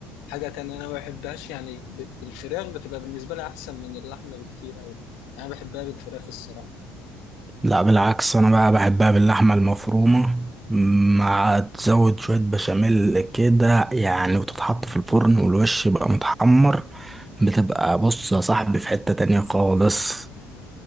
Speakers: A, on the left; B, on the right.
A: حاجه تانية انا ما بحبهاش يعني ب- بالفراخ بتبقى بالنسبه لي احسن من اللحمه بكتير قوي انا بحبها بالفراخ الصراحه
B: لا بالعكس انا بقى بحبها باللحمه المفرومه مع تزود شويه بشاميل كده يعني وتتحط في الفرن والوش يبقى متحمر بتبقى بص يا صاحبي في حته تانية خالص